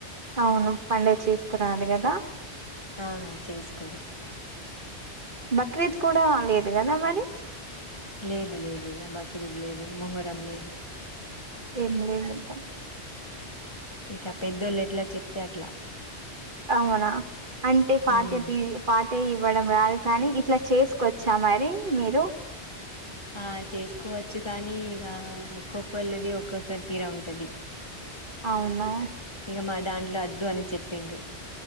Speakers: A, on the right; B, on the left.
A: అవును పడుగ చేసుకురాలి కదా
B: ఆహా చేసుకోరు
A: బక్రీద్ కూడా లేదు కదా మరి
B: లేదు లేదు ఇక బక్రీద్ లేదు మహరం లేదు
A: ఏం లేదంటాం
B: ఇక పెద్దోళ్ళు ఎట్లా చెప్తే అట్లా
A: అవునా అంటే పాత
B: ఉమ్
A: పాత ఇవ్వడం రాదు కానీ ఇట్లా చేసుకొచ్చా మరి మీరు
B: ఆ చేసుకోవచ్చు కానీ ఇక ఒక్కొక్కళ్ళది ఒక్కొక్కరి తీరా ఉంటది
A: అవునా
B: ఇక మా దాంట్లో వద్దు అని చెప్పిండ్రు